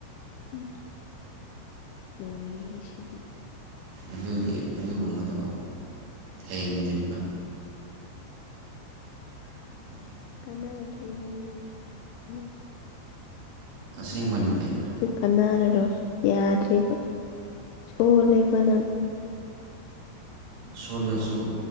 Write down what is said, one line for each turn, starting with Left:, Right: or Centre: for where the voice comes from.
Left: ꯎꯝ ꯂꯣꯏꯔꯦꯍꯦꯁꯤꯗꯤ
Right: ꯑꯗꯨꯒꯤ ꯑꯗꯨꯒꯨꯝꯕꯗꯣ ꯊꯦꯡꯗ꯭ꯔꯤꯕ <inaudible>
Left: ꯑꯟꯅꯥ ꯊꯣꯏꯕꯨꯡ <unintelligible>
Right: ꯑꯁꯦꯡꯕꯅꯤ ꯀꯩꯅꯣ
Left: ꯀꯥꯟꯅꯔꯔꯣꯏ ꯌꯥꯗ꯭ꯔꯦꯕ ꯁꯣꯜꯂꯦꯕ ꯅꯪ
Right: ꯁꯣꯜꯂꯁꯨ